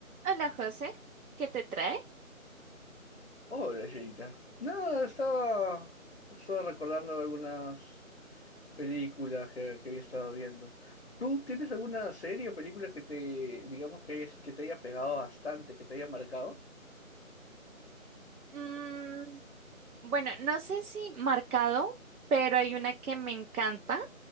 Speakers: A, on the right; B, on the left.
A: Hola José, ¿qué te trae?
B: Hola, Yerita. Nada, estaba justo recordando algunas películas que, que había estado viendo. ¿Tú tienes alguna serie o película que te, digamos que haya, sí que te haya pegado bastante, que te haya marcado?
A: Mm, bueno, no sé si marcado, pero hay una que me encanta